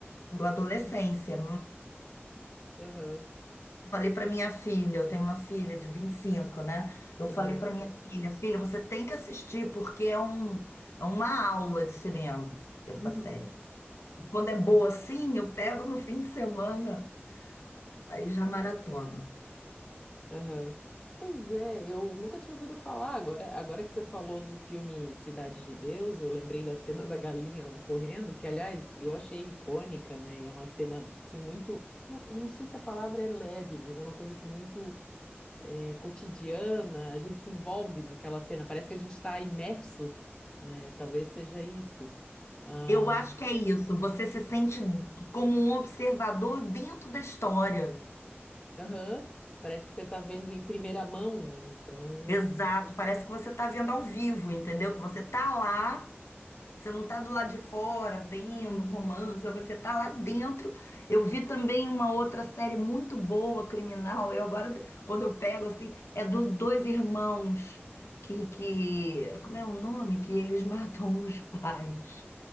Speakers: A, on the left; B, on the left.
A: do Adolescência.
B: Aham,
A: Falei para minha filha, eu tenho uma filha de 25, né? Eu
B: aham.
A: falei para minha filha, filha, você tem que assistir porque é um, é uma aula de cinema essa
B: Uhum.
A: série. E quando é boa assim, eu pego no fim de semana, aí já maratona.
B: Aham. Pois é, eu nunca tinha ouvido falar. Agora, agora que você falou do filme Cidade de Deus, eu lembrei da cena da galinha lá correndo, que aliás eu achei icônica, né? E é uma cena assim muito, não- eu não sei se a palavra é leve, mas é uma coisa assim muito eh, cotidiana. A gente se envolve naquela cena. Parece que a gente está imerso, né? Talvez seja isso. Ah,
A: Eu acho que é isso, você se sente como um observador dentro da história.
B: Aham. Parece que você está vendo em primeira mão, né? Então,
A: Exato, parece que você está vendo ao vivo, entendeu? Que você tá lá Você não tá do lado de fora vendo um romance, você tá lá dentro. Eu vi também uma outra série muito boa, criminal. Eu agora, quando eu pego assim, é dos dois irmãos que, que, como é o nome? Que eles <laughs> matam os pais.